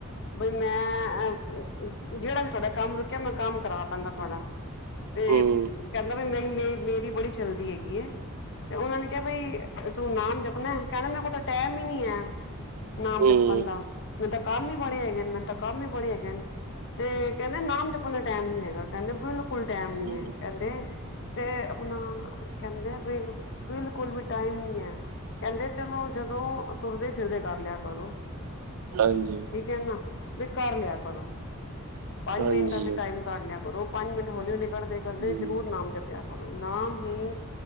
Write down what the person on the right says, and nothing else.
ਹੂੰ,
ਹੂੰ,
ਹੂੰ,
ਹਾਂਜੀ।
ਹਾਂਜੀ,
ਹੂੰ,